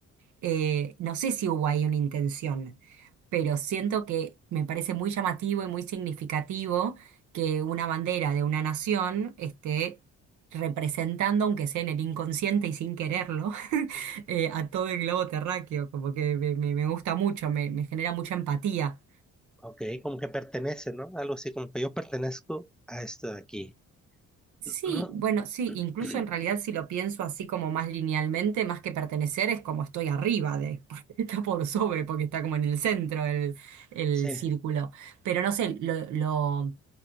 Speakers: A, on the right; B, in the centre.
A: Eh, no sé si hubo ahí una intención, pero siento que me parece muy llamativo y muy significativo que una bandera de una nación esté representando, aunque sea en el inconsciente y sin quererlo, <laughs> eh, a todo el globo terráqueo, como que me, me- me gusta mucho, me me genera mucha empatía.
B: Ok, como que pertenece, ¿no? Algo así, como que yo pertenezco a esto de aquí.
A: Sí,
B: No.
A: bueno, sí,
B: <clears throat>
A: incluso en realidad si lo pienso así como más linealmente, más que pertenecer, es como estoy arriba de, <laughs> porque está por sobre, porque está como en el centro el, el
B: Sí,
A: círculo. Pero no sé, lo, lo-